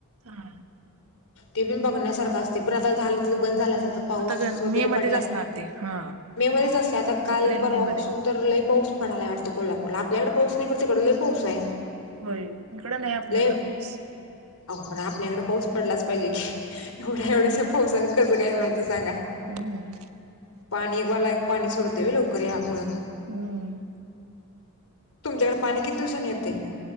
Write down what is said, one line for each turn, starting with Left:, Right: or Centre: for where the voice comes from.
Right: हा
Left: ते पण बघण्यासारखं असते पण आता झालं तर बंद झालं अस आता पाऊस
Right: गण
Left: वगैरे
Right: मे मध्येच
Left: पडलाय
Right: असणार ते हा
Left: मे मध्येच असते आता काल
Right: एप्रिल
Left: परवापासून
Right: मे मध्ये.
Left: तर लय पाऊस पडायला वाटतो कोल्हापूरला आपल्याकडे पाऊस नाहीकडे तिकड लई पाऊस आहे
Right: होय इकडं नाही आपल्याकड
Left: लय
Right: पाऊस
Left: अहो पण आपल्याकडे पाऊस पडलाच पाहिजे की एवढ्या एवढ्याश पावसाने कसं काय
Right: काम
Left: व्हायचं सांगा
Right: हम्म.
Left: पाणीवाला पाणी सोडतेय लवकर यामुळं
Right: हम्म
Left: तुमच्याकडे पाणी किती दिवसाांनी येतय